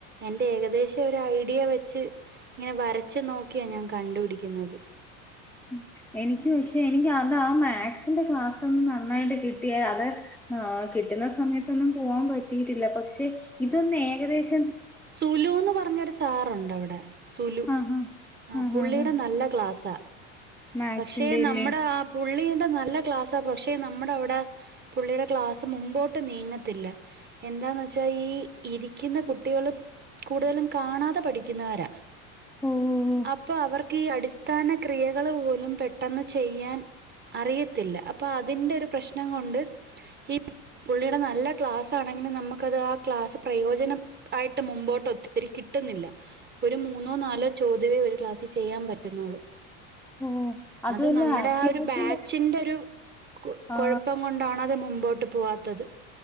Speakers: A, on the right (about 25°); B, in the centre.
A: എന്റെ ഏകദേശം ഒരു ഐഡിയ വെച്ച് ഇങ്ങനെ വരച്ച് നോക്കിയാ ഞാൻ കണ്ടുപിടിക്കുന്നത്
B: ഉം എനിക്ക് പക്ഷേ എനിക്ക് അത് ആ മാത്‍സ്ന്റെ ക്ലാസ്സ് ഒന്ന് നന്നായിട്ട് കിട്ടിയാ അത് ആ കിട്ടുന്ന സമയത്തൊന്നും പോകാൻ പറ്റി ല്ലാ പക്ഷേ ഇതൊന്നേ <unintelligible>
A: സുലുന്ന് പറഞ്ഞൊരു സാറുണ്ടോ അവിടെ ട്ടെ സുലു
B: ആഹ്
A: ആ
B: ആഹ്
A: പുള്ളിയുടെ
B: ആഹ്
A: നല്ല ക്ലാസ്സാ
B: മാത്സിന്റെല്ലേ
A: പക്ഷെ നമ്മുടെ ആ പു പുള്ളീടെ നല്ല ക്ലാസ്സാ പക്ഷേ നമ്മുടെ അവിടെ പുള്ളിയുടെ ക്ലാസ് മുമ്പോട്ട് നീങ്ങത്തില്ല എന്താന്ന് വച്ചാ ഈ ഇരിക്കുന്ന കു കൂടുതലും കാണാതെ പഠിക്കുന്നവരാ
B: ഓ ഓ
A: അപ്പൊ അവർക്ക് ഈ അടിസ്ഥാന ക്രിയകൾ പോലും പെട്ടെന്ന് ചെയ്യാൻ അറിയ ത്തില്ല അപ്പം അതിന്റെ ഒരു പ്രശ്നം കൊണ്ട് ഈ പു പുള്ളിടെ നല്ല ക്ലാസ് ആണെങ്കിലും നമ്മൾക്ക് അത്‌ ആ ക്ലാസ് പ്രയോജനം ആയിട്ട് മുമ്പോട്ട് ഒത്തിരി കിട്ടുന്നില്ല ഒരു മൂന്നോ നാലോ ചോദ്യമേ ഒരു ക്ലാസ്സിൽ ചെയ്യാൻ പറ്റു ന്നൊള്ളു
B: ഓ അതുമല്ല
A: അത് നമ്മുടെ
B: അത്യാവശ്യം
A: ആ ഒരു ബാച്ചിന്റെ ഒരു കൊ
B: ആ
A: കൊഴപ്പം കൊണ്ടാണത് മുമ്പോട്ട് പോവാ താത്